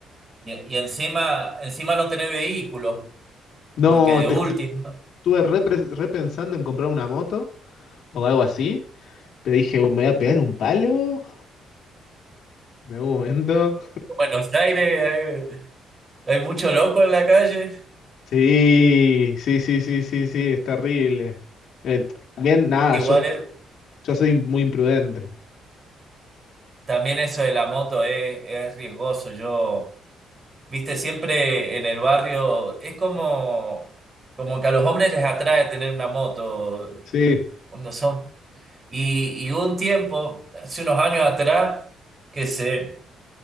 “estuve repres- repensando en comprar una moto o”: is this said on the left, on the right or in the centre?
Left